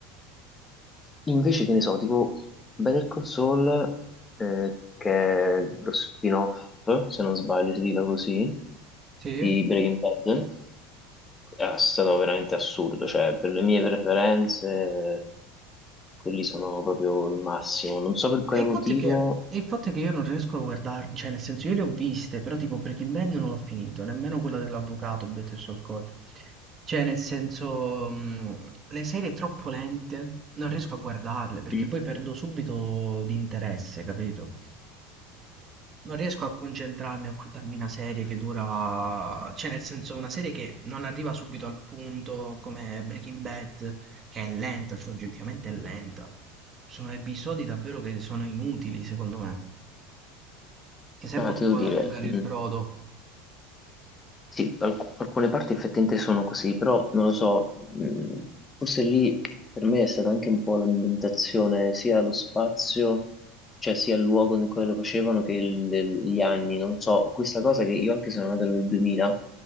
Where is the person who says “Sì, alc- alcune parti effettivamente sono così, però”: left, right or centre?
Left